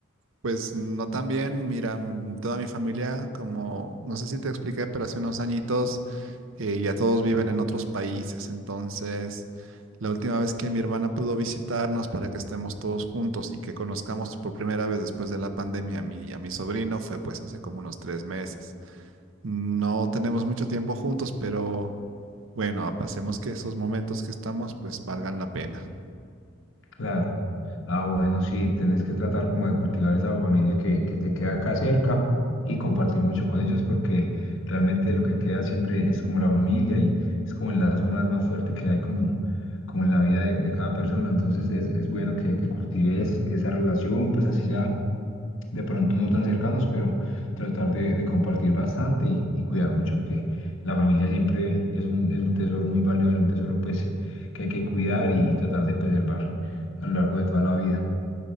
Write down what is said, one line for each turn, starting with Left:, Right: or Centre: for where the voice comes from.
Right: Pues no tan bien, mira, mm, toda mi familia, como no sé si te expliqué, pero hace unos añitos eh, ya todos viven en otros países, entonces la última vez que mi hermana pudo visitarnos para que estemos todos juntos y que conozcamos por primera vez después de la pandemia a mi, a mi sobrino fue pues hace como unos tres meses. No tenemos mucho tiempo juntos, pero bueno, pasemos que esos momentos que estamos pues valgan la pena.
Left: Claro. Ah, bueno, sí, tenés que tratar como de cultivar esa familia que, que te queda acá cerca y compartir mucho con ellos porque realmente lo que queda siempre es como la familia y es como el lazo más, más fuerte que hay como, como en la vida de, de cada persona. Entonces es, es bueno que, que cultives esa relación, pues así sea de pronto no tan cercanos, pero tratar de, de compartir bastante y, y cuidar mucho que la familia siempre es un, es un tesoro muy valioso, es un tesoro pues que hay que cuidar y, y tratar de preservar a lo largo de toda la vida.